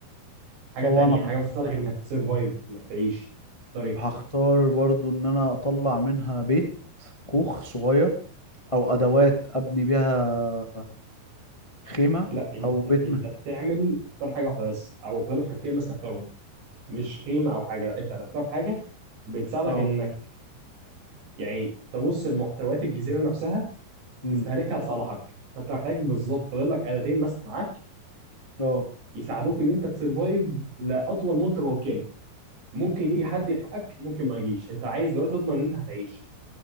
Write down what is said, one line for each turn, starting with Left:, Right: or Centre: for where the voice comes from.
Right: حاجه
Left: طبعا
Right: تانية حاجه بتساعدك انك تسرفايف انك تعيش طريق
Left: هختار برضو ان انا اطلع منها بيت كوخ صغير او ادوات ابني بيها خيمة
Right: لا انت
Left: او بيت
Right: انت
Left: م...
Right: بتعمل تختار حاجه واحده بس او فاضل لك حاجتين بس تختارهم مش خيمه او حاجه لا انت هتختار حاجه بتساعدك
Left: اه
Right: انك يعني تبص لمحتويات الجزيره نفسها
Left: امم
Right: تستهلكها لصالحك فانت محتاج بالظبط فاضل لك آلتين بس معاك
Left: اه
Right: يساعدوك ان انت تسرفايف لاطول مده ممكنه ممكن يجي حد يلحقك ممكن ما يجيش انت عايز دلوقتي تضمن ان انت هتعيش